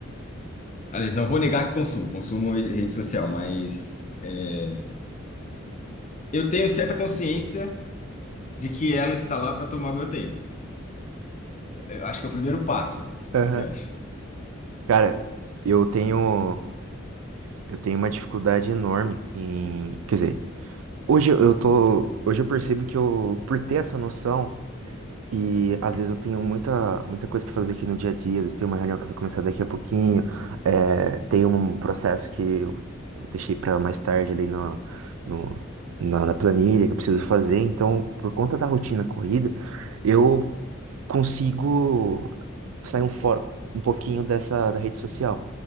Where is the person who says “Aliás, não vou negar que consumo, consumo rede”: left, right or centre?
Left